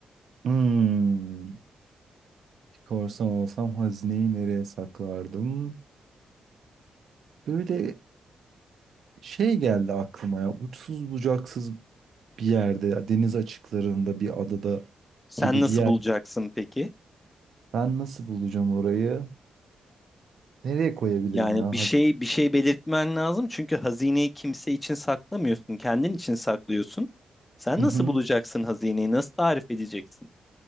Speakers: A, on the right; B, on the left.
A: Hmm, bir korsan olsam hazineyi nereye saklardım? Böyle şey geldi aklıma ya uçsuz bucaksız bir yerde deniz açıklarında bir adada
B: Sen
A: gibi
B: nasıl
A: bir yer.
B: bulacaksın peki?
A: Ben nasıl bulacağım orayı? Nereye koyabilirim
B: Yani
A: ya?
B: bir şey
A: Hadi.
B: bir şey belirtmen lazım çünkü hazineyi kimse için saklamıyorsun, kendin için saklıyorsun. Sen
A: Hı
B: nasıl
A: hı.
B: bulacaksın hazineyi? Nasıl tarif edeceksin?